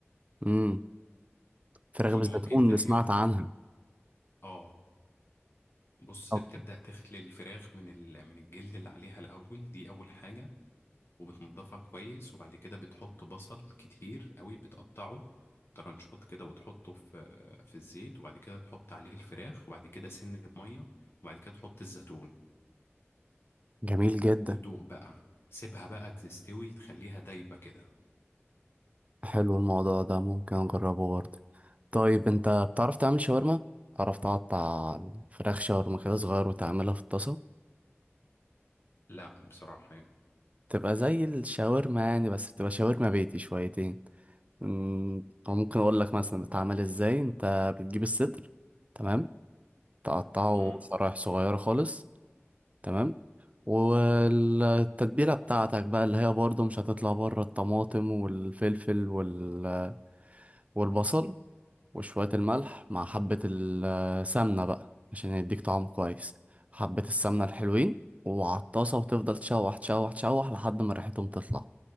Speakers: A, on the right (about 30°); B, on the left (about 60°).
A: امم فراخ
B: دي
A: بالزيتون
B: ممكن تعجبك
A: اللي سمعت عنها
B: اه بص
A: طب.
B: بتبدأ تخلي الفراخ من ال... من الجلد اللي عليها الاول دي اول حاجة وبتنضفها كويس وبعد كده بتحط بصل كتير قوي بتقطعه ترنشات كده وتحطه في في الزيت وبعد كده تحط عليه الفراخ وبعد كده سن بمية وبعد كده تحط الزيتون
A: جميل جدا
B: ودوق بقى سيبها بقى تستوي تخليها دايبة كده
A: حلو الموضوع ده ممكن اجربه برضه طيب انت بتعرف تعمل شاورما بتعرف تقطع الفراخ شاورما كده صغير وتعملها في الطاسه
B: لا بصراحة يعني
A: تبقى زي الشاورما يعني بس بتبقى شاورما بيتي شويتين أمم، او ممكن اقول لك مثلا بتعمل ازاي انت بتجيب الصدر تمام تقطعه
B: مم.
A: شرايح صغيره خالص تمام والتتبيله بتاعتك بقى اللي هي برضه مش هتطلع بره الطماطم والفلفل وال والبصل وشوية الملح مع حبة السمنة بقى عشان يديك طعم كويس حبة السمنة الحلوين وعلى الطاسة وتفضل تشوح تشوح تشوح لحد ما ريحتهم تطلع